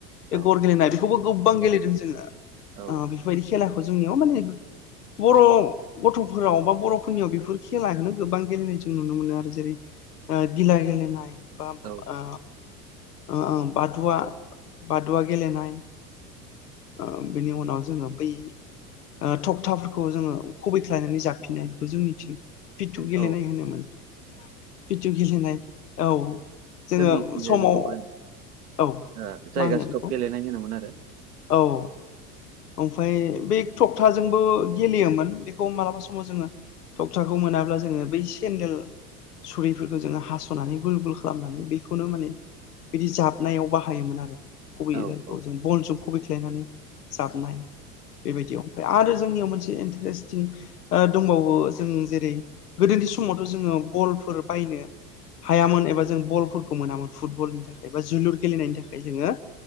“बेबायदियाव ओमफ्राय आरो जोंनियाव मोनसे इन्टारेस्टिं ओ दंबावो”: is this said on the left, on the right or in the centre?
Left